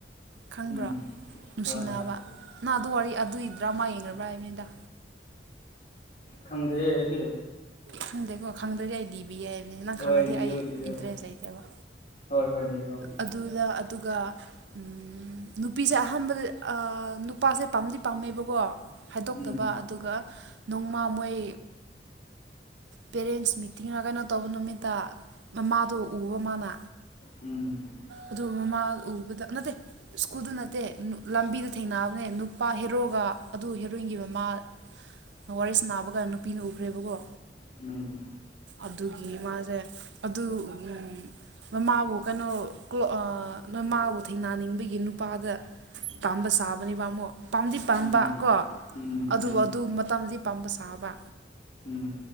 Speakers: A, on the right (about 80°); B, on the left (about 45°).
A: ꯈꯪꯕ꯭ꯔꯥ
B: ꯎꯝ
A: ꯅꯨꯡꯁꯤꯅꯕ
B: ꯍꯣꯏ ꯍꯣꯏ
A: ꯅꯪ ꯑꯗꯨꯏ ꯋꯥꯔꯤ ꯑꯗꯨꯒꯤ ꯗ꯭ꯔꯃꯥ ꯌꯦꯡꯉꯕ꯭ꯔꯥ ꯍꯥꯏꯕꯅꯤꯗ
B: ꯈꯪꯗꯦꯍꯦ ꯑꯩꯗꯤ
A: ꯈꯪꯗꯦꯀꯣ ꯈꯪꯗ꯭ꯔꯗꯤ ꯑꯩꯗꯤ ꯕꯤꯒꯦ ꯍꯥꯏꯕꯅꯤ ꯅꯪ
B: ꯍꯣꯏ
A: ꯈꯪꯉꯗꯤ
B: ꯂꯤꯌꯣ
A: ꯑꯩ
B: ꯂꯤꯌꯣ
A: ꯏꯟꯇ꯭ꯔꯦꯁ ꯂꯩꯇꯦꯕ
B: ꯍꯣꯏ ꯍꯣꯏ ꯂꯤꯌꯣ
A: ꯑꯗꯨꯂ ꯑꯗꯨꯒ ꯎꯝ ꯅꯨꯄꯤꯁꯦ ꯑꯍꯥꯟꯕꯗ ꯑ ꯅꯨꯄꯥꯁꯦ ꯄꯥꯝꯗꯤ ꯄꯥꯝꯃꯦꯕꯀꯣ ꯍꯥꯏꯗꯣꯛꯇꯕ
B: ꯎꯝ
A: ꯑꯗꯨꯒ ꯅꯣꯡꯃ ꯃꯣꯏ ꯄꯦꯔꯦꯟꯁ ꯃꯤꯇꯤꯡꯂ ꯀꯩꯅꯣ ꯇꯧꯕ ꯅꯨꯃꯤꯠꯇ ꯃꯃꯥꯗꯣ ꯎꯕ ꯃꯥꯅ
B: ꯎꯝ
A: ꯑꯗꯨ ꯃꯃꯥ ꯎꯕꯗ ꯅꯠꯇꯦ ꯁ꯭ꯀꯨꯜꯗ ꯅꯠꯇꯦ ꯂꯝꯕꯤꯗ ꯊꯦꯡꯅꯕꯅꯦ ꯅꯨꯄꯥ ꯍꯦꯔꯣꯒ ꯑꯗꯨ ꯍꯦꯔꯣꯏꯟꯒꯤ ꯃꯃꯥ ꯋꯥꯔꯤ ꯁꯥꯟꯅꯕ ꯀꯥꯟ ꯅꯨꯄꯤꯅ ꯎꯈ꯭ꯔꯦꯕꯀꯣ
B: ꯎꯝ
A: ꯑꯗꯨꯒꯤ ꯃꯥꯁꯦ ꯑꯗꯨ ꯎꯝ ꯃꯃꯥꯕꯨ ꯀꯩꯅꯣ ꯀ꯭ꯂꯣ ꯑ ꯃꯃꯥꯕꯨ ꯊꯦꯡꯅꯅꯤꯡꯕꯒꯤ ꯅꯨꯄꯥꯗ ꯄꯥꯝꯕ ꯁꯥꯕꯅꯦꯕ ꯑꯃꯨꯛ ꯄꯥꯝꯗꯤ ꯄꯥꯝꯕ
B: ꯎꯝ
A: ꯀꯣ
B: ꯎꯝ
A: ꯑꯗꯨ
B: ꯎꯝ
A: ꯑꯗꯨ ꯃꯇꯝꯗꯤ ꯄꯥꯝꯕ ꯁꯥꯥꯕ
B: ꯎꯝ